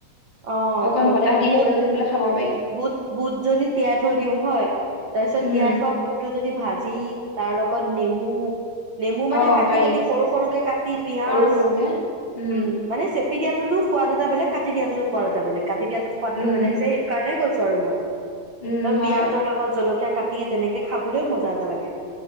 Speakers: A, on the right (about 75°); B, on the left (about 15°).
A: অ'
B: অকন
A: ঘৰতে
B: বতাহ দি
A: বুট
B: থাকে যে সেইফালে খাব
A: -
B: পাৰি
A: বুট - বুট যদি তিয়াই থৈ দিও, হয়। তাৰপিছত
B: উম
A: তিয়াই থোৱা বুট যদি ভাজি, তাৰ লগত নেমু নেমু মানে
B: অ'
A: কাটি
B: পাৰি
A: কাটি সৰু সৰুকে কাটি পিয়াঁজ,
B: সৰু সৰুকে উম
A: ‌উম। মানে চে তি দিয়াতটো সোৱাদ এটা বেলেগ, কাটি দিয়াতটো সোৱাদ এটা বেলেগ। কাটি দিয়া টোত সোৱাদটো
B: উম
A: বেলেগ যে সেইটো কাৰণে কৈছো। <unintelligible>
B: উম
A: অ'
B: হয়
A: পিয়াজৰ লগত জলকীয়া কাটিয়ে তেনেকে খাবলৈও মজা এটা লাগে।